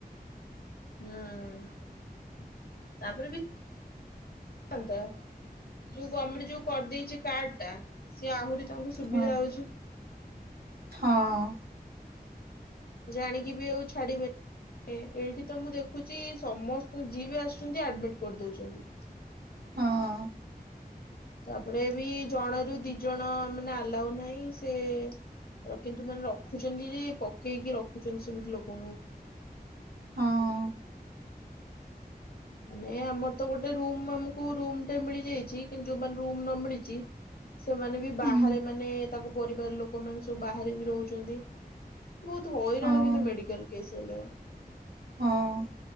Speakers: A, on the left; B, on the right.
A: ହୁଁ ତାପରେ ବି ହତା ଯୋଉ ଗମେଣ୍ଟ ଯୋଉ କରିଦେଇଛି କାର୍ଡ ଟା। ସିଏ ଆହୁରି ତାଙ୍କୁ ସୁବିଧା
B: ହଁ
A: ହଉଛି।
B: ହଁ।
A: ଜାଣିକି ବି ଆଉ ଛାଡିବେନି। ଏ ଏଇଠି ତ ମୁଁ ଦେଖୁଛି ସମସ୍ତ ଯିଏ ବି ଆସୁଛନ୍ତି ଆଡମିଟ କରିଦଉଛନ୍ତି।
B: ହଁ ଅ।
A: ତାପରେ ବି ଜଣ ରୁ ଦି ଜଣ ମାନେ ଆଲାଉ ନାହିଁ, ସେ କିନ୍ତୁ ମାନେ ରଖୁଛନ୍ତି ଯେ, ପକେଇକି ରଖୁଛନ୍ତି ସେମିତି ଲୋକଙ୍କୁ।
B: ହଁ ଅ।
A: ମାନେ ଆମର ତ ଗୋଟେ ରୁମ, ଆମକୁ ରୁମଟେ ମିଳି ଯାଇଛି କିନ୍ତୁ ଯୋଉ ମ ରୁମ ନ ମିଳିଛି ସେମାନେ ବି ବାହାରେ
B: ହୁଁ
A: ମାନେ, ତାଙ୍କ ପରିବାର ଲୋକମାନେ ସବୁ ବାହାରେ ବି ରହୁଛନ୍ତି। ବହୁତ ହଇରାଣ
B: ହଁ।
A: କିନ୍ତୁ ମେଡିକାଲ କେସ୍ ହେଲେ।
B: ହଁ ଅ।